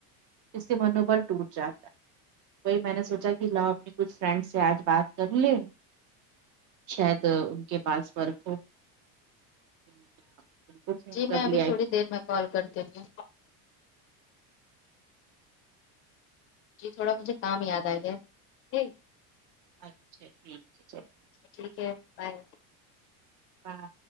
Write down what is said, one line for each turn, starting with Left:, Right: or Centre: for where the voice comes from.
Right: جسے منوبل ٹوٹ جاتا ہے وہی میں نے سوچا کہ لاؤ اپنے کچھ فرینڈ سے آج بات کر لیں شاید ان کے پاس ورک ہو نے بالکل فون
Left: جی
Right: کر
Left: میں ابھی
Right: لیا
Left: تھوڑی
Right: کہ
Left: دیر میں کال کرتی ہوں جی تھوڑا مجھے کام یاد آ گیا ٹھیک
Right: اچھا ٹھیک ہے چلو
Left: ٹھیک ہے بائے
Right: ہاں